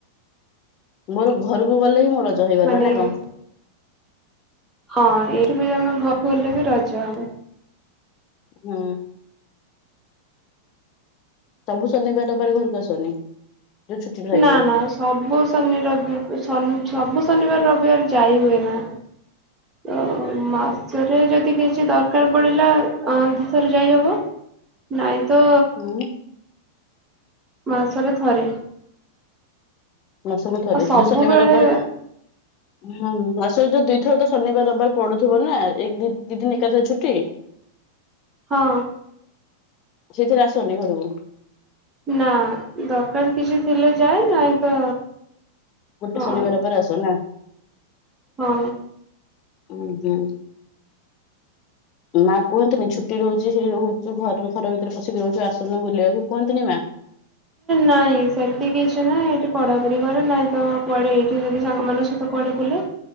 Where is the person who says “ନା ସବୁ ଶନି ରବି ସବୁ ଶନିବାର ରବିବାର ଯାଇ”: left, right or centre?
Right